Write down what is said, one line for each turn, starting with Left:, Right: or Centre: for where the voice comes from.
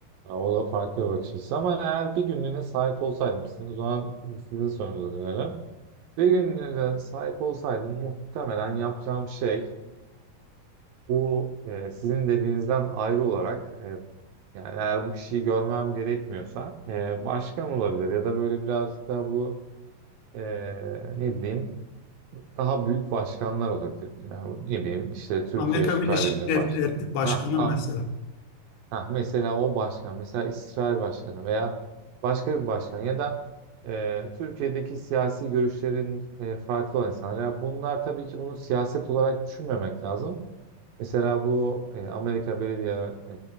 Right: Ya O da farklı bir bakış açısı ama eğer bir günlüğüne sahip olsaydım sizin, o zaman sizin sorunuza dönelim. Bir günlüğüne sahip olsaydım muhtemelen yapacağım şey bu e, sizin dediğinizden ayrı olarak e, yani eğer bu kişiyi görmem gerekmiyorsa e, başkan olabilir ya da böyle birazcık daha bu e, ne bileyim daha büyük başkanlar olabilir. Yani, ne bileyim işte Türkiye
Left: Amerika
Right: Süper
Left: Birleşik
Right: Ligi'nin
Left: Devletleri
Right: başkanı.
Left: Başkanı
Right: Ha,
Left: mesela.
Right: Ha, mesela o başkan, mesela İsrail başkanı veya başka bir başkan ya da e, Türkiye'deki siyasi görüşlerin e, farklı olan insanlar. Ya bunlar tabii ki bunu siyaset olarak düşünmemek lazım. Mesela bu e, Amerika Belediye e,